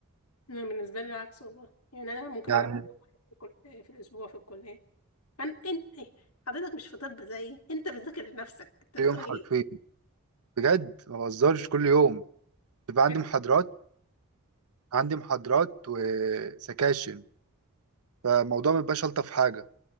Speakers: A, on the left (about 80°); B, on the right (about 80°).
A: أنا بالنسبة لي العكس والله يعني أنا ممكن
B: يعني
A: أروح يوم واحد في الكل- في الأسبوع في الكلية فن... انت إيه؟ حضرتك مش في طب زيي انت بتذاكر لنفسك انت بتقول
B: كل يوم حرفيا
A: ايه
B: بجد ما بهزرش كل يوم بيبقى عندي
A: يعني
B: محاضرات عندي محاضرات وسكاشن فالموضوع ما بيبقاش ألطف حاجة